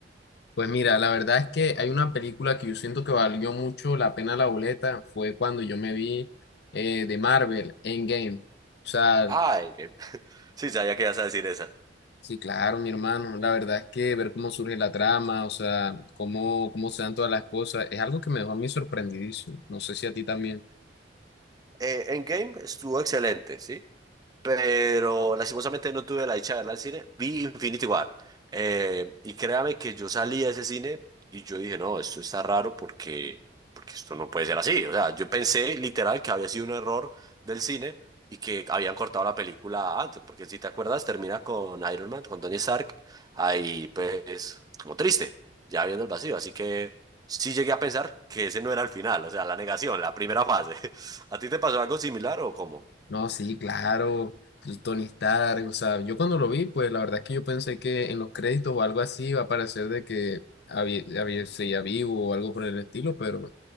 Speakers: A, on the left; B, on the right.
A: Pues mira, la verdad es que hay una película que yo siento que valió mucho la pena la boleta, fue cuando yo me vi eh, de Marvel, Endgame. O sea,
B: Ah, Endgame. <laughs> Sí, sabía que ibas a decir esa.
A: sí, claro, mi hermano, la verdad es que ver cómo surge la trama, o sea, cómo, cómo se dan todas las cosas, es algo que me dejó a mí sorprendidísimo. No sé si a ti también.
B: Eh, Endgame estuvo excelente, ¿sí? pero lastimosamente no tuve la dicha de verla al cine. Vi Infinity War. eh, y créame que yo salí de ese cine y yo dije, no, esto está raro porque, porque esto no puede ser así. O sea, yo pensé literal que había sido un error del cine y que habían cortado la película antes, porque si te acuerdas, termina con Iron Man, con Tony Stark, ahí pues como triste, ya viendo el vacío. Así que sí llegué a pensar que ese no era el final, o sea, la negación, la primera fase. <laughs> ¿A ti te pasó algo similar o cómo?
A: No, sí, claro, el Tony Stark, o sea, yo cuando lo vi, pues la verdad es que yo pensé que en los créditos o algo así iba a parecer de que había, había, seguía vivo o algo por el estilo, pero,